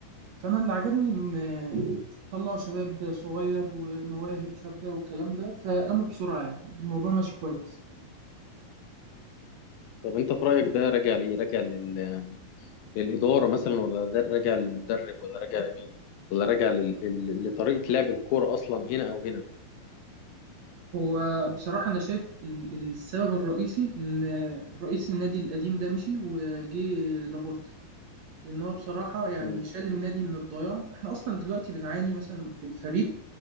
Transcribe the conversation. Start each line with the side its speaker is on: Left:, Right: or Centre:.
Right: فانا اللي عجبني ان طلعوا شباب صغير ومواهب شابه والكلام ده فقاموا بسرعه يعني الموضوع ماشي كويس
Left: طب انت في رايك ده راجع لايه راجع لل... للاداره مثلا ولا ده راجع للمدرب ولا راجع لمين ولا راجع لل... لل- لطريقه لعب الكوره اصلا هنا او هنا
Right: هو بصراحه انا شايف ال- السبب الرئيسي ان رئيس النادي القديم ده مشي وجه لابورتا لان هو بصراحه يعني
Left: مم.
Right: شال النادي من الضياع احنا اصلا دلوقتي بنعاني مثلا في الفريق